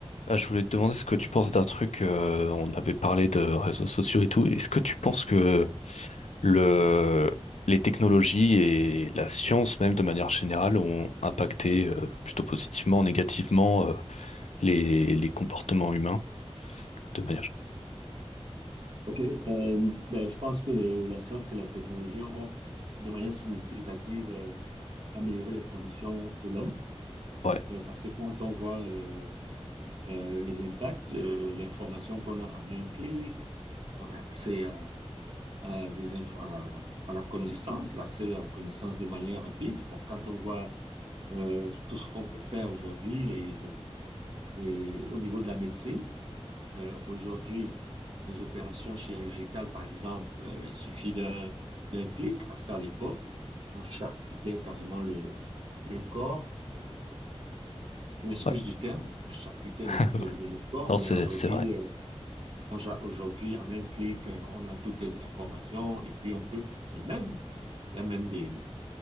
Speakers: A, on the left (about 85°); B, on the right (about 50°).
A: Ah, je voulais te demander ce que tu penses d'un truc, euh, on avait parlé de réseaux sociaux et tout. Est-ce que tu penses que le, les technologies et la science même de manière générale ont impacté euh, plutôt positivement, négativement euh, les, les comportements humains de manière... gé-
B: OK. euh, ben, je pense que le- la science et la technologie ont, de manière significative, euh, amélioré les conditions de l'homme.
A: Ouais,
B: Euh, parce que quand on voit euh, euh, les impacts, euh, l'information qu'on a en un clic, on a accès à, à des infos- à, à la connaissance, l'accès à la connaissance de manière rapide. Bon, quand on voit euh, tout ce qu'on peut faire aujourd'hui, les, les- les- au niveau de la médecine, Euh, aujourd'hui, les opérations chirurgicales, par exemple, euh, il suffit d'un d'un clic, parce qu'à l'époque, on charcutait carrément le, le corps. euh, je m'excuse
A: ouais.
B: du terme, on charcutait
A: <laughs>
B: le,
A: Ouais.
B: le- le- le corps,
A: Non,
B: mais
A: c'est,
B: aujourd'hui,
A: c'est vrai.
B: euh, on, ja- aujourd'hui, en un clic, euh, on a toutes les informations et puis on peut, et même, il y a même des,